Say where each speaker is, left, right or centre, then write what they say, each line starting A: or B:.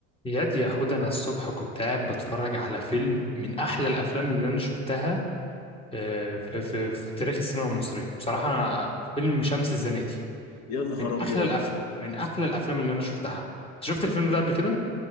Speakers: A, on the left; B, on the left.
A: ياد يا حود انا الصبح كنت قاعد بتفرج على فيلم من احلى الافلام اللي انا شفتها آه، في, في, في تاريخ السينما المصريه بصراحه أنا فيلم شمس الزناتي
B: يا نهار
A: من
B: ابيض
A: احلى الافلام من احلى الافلام اللي انا شفتها انت شفت الفيلم ده قبل كده